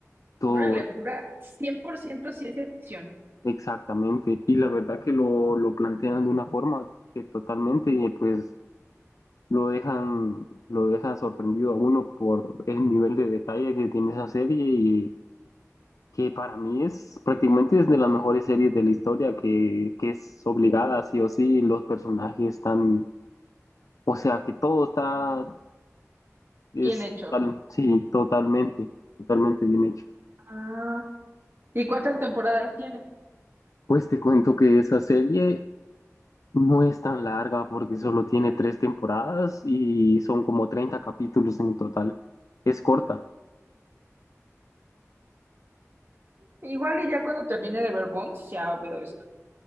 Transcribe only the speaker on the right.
Órale, pura 100% ciencia ficción.
Bien hecho.
Ah. ¿Y cuántas temporadas tiene?
Igual y ya cuando termine de ver Bones, ya veo eso.